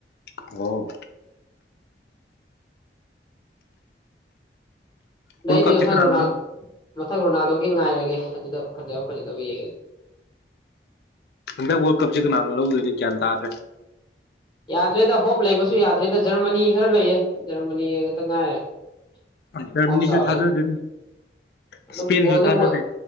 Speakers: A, on the left (about 65°); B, on the left (about 25°).
A: ꯑꯣ ꯋꯥꯔꯜ
B: ꯗꯤ
A: ꯀꯞꯁꯦ
B: ꯊ꯭ꯔꯣꯅ
A: ꯀꯅꯥꯅ
B: ꯃꯊꯛ ꯔꯣꯅꯥꯜꯗꯣꯒꯤ ꯉꯥꯏꯔꯒꯦ ꯑꯗꯨꯗ ꯐꯖꯕ ꯐꯖꯗꯕ ꯌꯦꯡꯉꯦ
A: ꯀ ꯋꯥꯣ ꯀꯞꯖꯦ ꯀꯅꯥꯅ ꯂꯧꯎꯗꯅꯤ ꯀꯗꯔꯦ
B: ꯌꯥꯗ꯭ꯔꯦꯗ ꯍꯣꯞ ꯂꯩꯕꯁꯨ ꯌꯥꯗ꯭ꯔꯦꯗ ꯖꯔꯃꯅꯤ ꯈꯔ ꯂꯩꯌꯦ ꯖꯔꯃꯅꯤ ꯈꯛꯇ ꯉꯥꯏꯔꯦ
A: ꯖꯔꯃꯅꯤꯁꯨ
B: ꯑꯣꯞ ꯆꯥꯎꯔꯦ
A: ꯊꯥꯖꯗꯦ
B: ꯑꯗꯣ
A: ꯏꯁꯄꯦꯟꯁꯨ
B: ꯒꯣꯜꯗꯣ
A: ꯊꯥꯖꯗꯦ
B: ꯃꯣꯏ